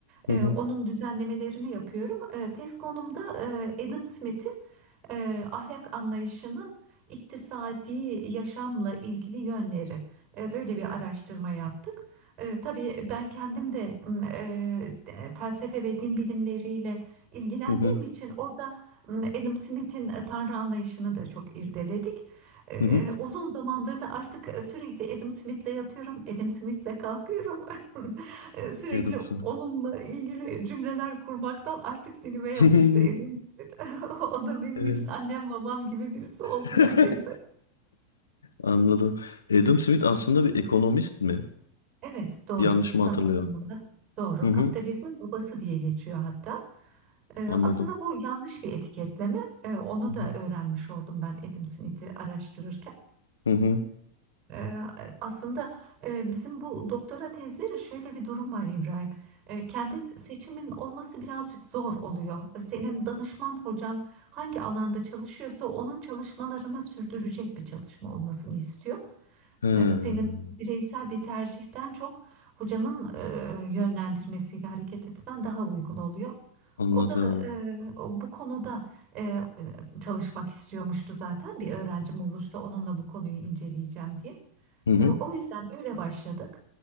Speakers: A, on the right (about 30°); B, on the left (about 75°).
A: E,
B: Hı hı
A: Onun düzenlemelerini yapıyorum. E, Tez konumda e, Adam Smith'in e, ahlak anlayışının iktisadi yaşamla ilgili yönleri. E, Böyle bir araştırma yaptık. E, Tabii ben kendim de m, e, de- felsefe ve din bilimleriyle ilgilendiğim
B: hı hı
A: için orada m, Adam Smith'in e, Tanrı anlayışını da çok irdeledik. Ee,
B: hı. hı.
A: uzun zamandır da artık sürekli Adam Smith'le yatıyorum, Adam Smith'le kalkıyorum. <laughs> Ee, Sürekli
B: Adam Smith.
A: onunla ilgili cümleler kurmaktan artık dilime yapıştı
B: <laughs>
A: Adam Smith. <laughs> O da benim
B: Evet.
A: için annem babam gibi birisi oldu
B: <laughs>
A: neredeyse.
B: Anladım. Adam Smith aslında bir ekonomist mi?
A: Evet, doğru
B: Yanlış
A: iktisat
B: mı hatırlıyorum?
A: alanında doğru
B: Hı hı
A: kapitalizmin babası diye geçiyor hatta. Ee,
B: anladım.
A: aslında bu yanlış bir etiketleme. Ee, onu
B: Hı hı.
A: da öğrenmiş oldum ben Adam Smith'i araştırırken.
B: Hı hı.
A: Ee, aslında e, bizim bu doktora tezleri şöyle bir durum var İbrahim. Ee, kendi seçimin olması birazcık zor oluyor. Senin danışman hocan hangi alanda çalışıyorsa onun çalışmalarını sürdürecek bir çalışma olmasını istiyor.
B: He,
A: Ee, senin bireysel bir tercihten çok hocanın e, yönlendirmesiyle hareket etmen daha uygun oluyor.
B: anladım.
A: O da e, o- bu konuda e, e, çalışmak istiyormuştu zaten. Bir öğrencim olursa onunla bu konuyu inceleyeceğim diye.
B: Hı hı
A: E, o yüzden öyle başladık.